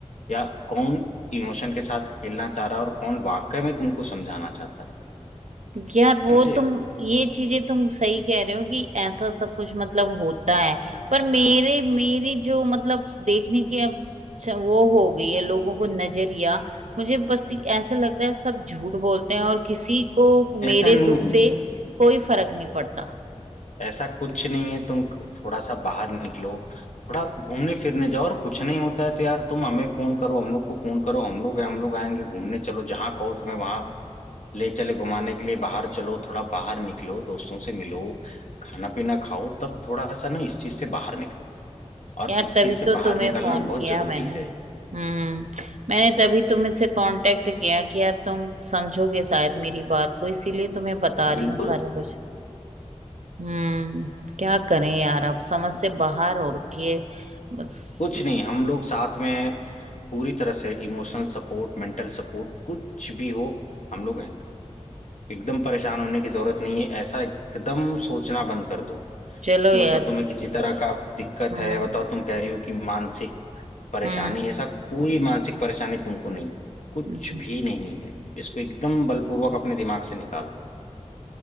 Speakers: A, on the left; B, on the right.
A: या कौन इमोशन के साथ खेलना चाह रहा है और कौन वाकई में तुमको समझाना चाहता है
B: यार वो
A: समझे
B: तुम ये चीजें तुम सही कह रहे हो कि ऐसा सब कुछ मतलब होता है पर मेरे मेरी जो मतलब देखने की अब च- वो हो गई है लोगों को नजरिया मुझे बस ये- ऐसा लगता है सब झूठ बोलते हैं और किसी को मेरे
A: ऐसा नहीं
B: दुख
A: है
B: से कोई फर्क नहीं पड़ता
A: ऐसा कुछ नहीं है तुम थोड़ा सा बाहर निकलो थोड़ा घूमने फिरने जाओ और कुछ नहीं होता है तो यार तुम हमें फोन करो हम लोग को फोन करो हम लोग हैं हम लोग आएंगे घूमने चलो जहां कहो तुम्हें वहां ले चले घुमाने के लिए बाहर चलो थोड़ा बाहर निकलो दोस्तों से मिलो खाना पीना खाओ तब थोड़ा सा ना इस चीज से बाहर निकलो और
B: यार
A: इस
B: तभी
A: चीज से
B: तो
A: बाहर
B: तुम्हें
A: निकलना
B: फोन
A: बहुत
B: किया
A: जरूरी
B: मैंने
A: है
B: हम्म मैंने तभी तुमसे कांटेक्ट किया कि यार तुम समझोगे शायद मेरी बात को इसीलिए तुम्हें बता रही
A: बिल्कुल
B: हूँ सारा कुछ हम्म क्या करें यार अब समझ से बाहर हो रखी है बस-
A: कुछ नहीं हम लोग साथ में पूरी तरह से इमोशनल सपोर्ट मेंटल सपोर्ट कुछ भी हो हम लोग हैं एकदम परेशान होने की जरूरत नहीं है ऐसा एकदम सोचना बंद कर दो
B: चलो
A: कि
B: यार
A: मतलब तुम्हें किसी तरह का दिक्कत
B: हाँ
A: है बताओ तुम कह रही हो कि मानसिक परेशानी
B: हम्म
A: है, ऐसा कोई मानसिक परेशानी तुमको नहीं है कुछ
B: हम्म,
A: भी नहीं है इसको एकदम बलपूर्वक अपने दिमाग से निकाल दो